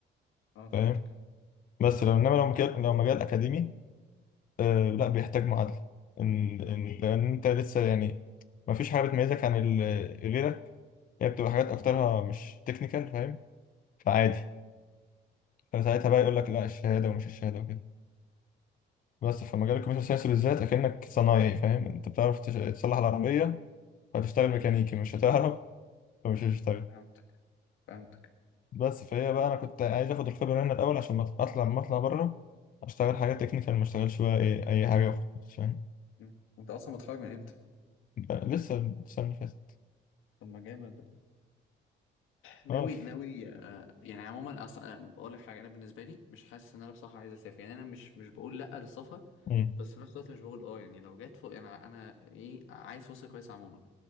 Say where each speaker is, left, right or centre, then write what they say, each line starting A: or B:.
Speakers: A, on the left; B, on the left.
A: اه فهمتك
B: فاهم بس لو انما لو مجال لو مجال اكاديمي آه لا بيحتاج معادله إن إن لان انت لسه يعني ما فيش حاجه بتميزك عن ال- غيرك هي بتبقى حاجات اكترها
A: مم.
B: مش تكنيكال فاهم فعادي فساعتها بقى يقول لك لا الشهاده ومش الشهاده وكده بس في مجال الكمبيوتر ساينس بالذات اكنك صنايعي فاهم انت بتعرف تش- تصلح العربيه فتشتغل ميكانيكي مش هتعرف فمش هتشتغل
A: فهمتك فهمتك
B: بس فهي بقى انا كنت عايز اخد الخبره هنا الاول عشان ما اطلع ما اطلع بره اشتغل حاجه تكنيكال ما اشتغلش بقى ايه اي حاجه وخلاص، فاهم
A: مم. انت اصلا متخرج من امتى؟
B: بقى لسه السنه اللي فاتت
A: طب ما جامد ده ناوي
B: اه ف-
A: ناوي آه يعني عموما اصلا آه، بقول لك حاجه انا بالنسبه لي مش حاسس ان انا بصراحه عايز اسافر يعني انا مش مش بقول لا للسفر
B: مم.
A: بس في نفس الوقت مش بقول اه يعني لو جت فوق يعني انا ايه عايز فرصه كويسه عموما